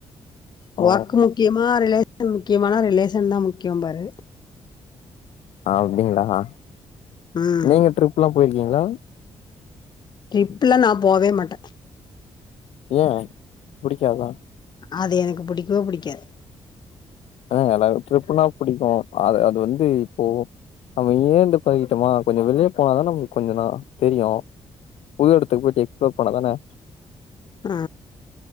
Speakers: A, on the left; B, on the left.
A: ஓ
B: ஒர்க் முக் கியமா ரிலேஷன் முக்கியமான ரிலேஷன் தா முக்கியம்பாரு
A: அப்டிங்களா
B: ம்
A: நீங்க ட்ரிப்ல்லா போயிருக்கீங்களா
B: ட்ரிப்லா நா போவே மாட்டே
A: ஏ புடிக்காதா
B: அது எனக்கு புடிக்கவே புடிக்காது
A: ஆ எனக்கு டிர்ப்புனா புடிக்கூ அத் அது வந்து இப்போ நம்ம ங்கேருந்து பழகிட்டோமா கொஞ்சோ வெளியே போனாதா நமக்கு கொஞ்சோ நா தெரியூ புது எடத்துக்கு போயிட்டு எக்ஸ்ளோர் பண்ணா தானே
B: ஆ